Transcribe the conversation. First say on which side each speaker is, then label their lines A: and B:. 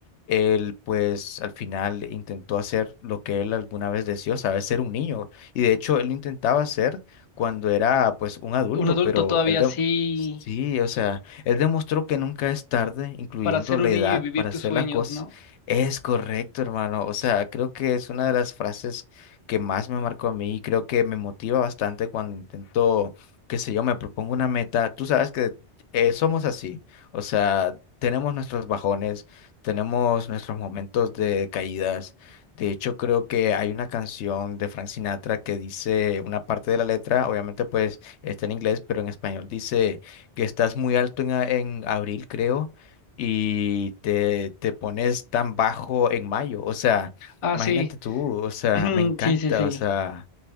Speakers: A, on the left; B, on the left.
A: él pues al final intentó hacer lo que él alguna vez deseó, ¿sabes? Ser un niño. Y de hecho, él lo intentaba hacer cuando era pues un adulto,
B: Un adulto
A: pero
B: todavía
A: él... dem-
B: así
A: Sí, o sea, él demostró que nunca es tarde, incluyendo
B: para ser
A: la
B: un
A: edad,
B: niño y vivir
A: para
B: tus
A: hacer
B: sueños,
A: las cosas.
B: ¿no?
A: Es correcto, hermano. O sea, creo que es una de las frases que más me marcó a mí y creo que me motiva bastante cuando intento, qué sé yo, me propongo una meta. Tú sabes que eh, somos así, o sea, tenemos nuestros bajones, tenemos nuestros momentos de caídas. De hecho, creo que hay una canción de Frank Sinatra que dice una parte de la letra, obviamente pues está en inglés, pero en español dice que estás muy alto en, a- en abril, creo, y te, te pones tan bajo en mayo. O sea,
B: Ah,
A: Imagínate
B: sí,
A: tú, o sea,
B: <clears throat>
A: me encanta,
B: sí, sí, sí.
A: o sea,